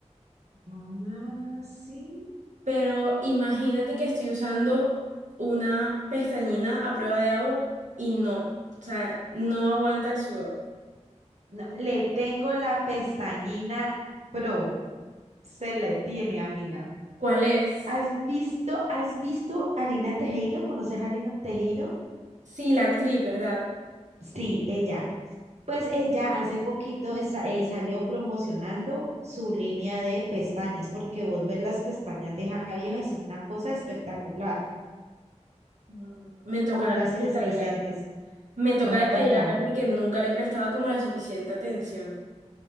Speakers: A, on the right (about 65°); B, on the right (about 85°).
A: Ah, sí.
B: Pero imagínate que estoy usando una pestañina a prueba de agua y no, o sea, no aguanta el sudor.
A: No, le tengo la pestañina pro, se le tiene, amiga.
B: ¿Cuál es?
A: ¿Has visto, has visto a Lina Tejero? ¿Conoces a Lina Tejero?
B: Sí, la actriz, ¿verdad?
A: Sí, ella. Pues ella hace poquito esa- eh, salió promocionando su línea de pestañas, porque vos ves las pestañas de esa vieja y son una cosa espectacular,
B: Mm, Me toca
A: o no las tienes
B: detallarla.
A: presentes.
B: Me toca
A: Bueno,
B: detallarla
A: amiga,
B: porque nunca le he prestado como la suficiente atención.